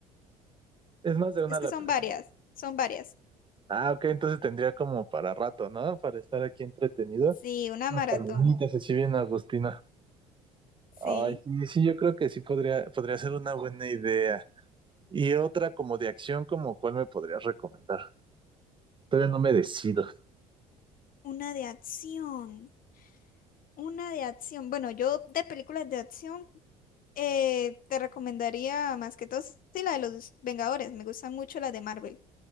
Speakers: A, on the right; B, on the left.
A: es más de una
B: Es que
A: la
B: son
A: película,
B: varias, son varias.
A: ah, ok, entonces tendría como para rato, ¿no? Para estar aquí entretenido.
B: Sí, una
A: Unas
B: maratón,
A: palomitas así bien agostina.
B: sí,
A: Ay, sí, sí, yo creo que sí podría, podría ser una buena idea. Y otra como de acción, como cuál me podrías recomendar. Todavía no me decido.
B: una de acción, una de acción. Bueno, yo de películas de acción eh, te recomendaría más que todo, sí, la de los Vengadores, me gustan mucho las de Marvel.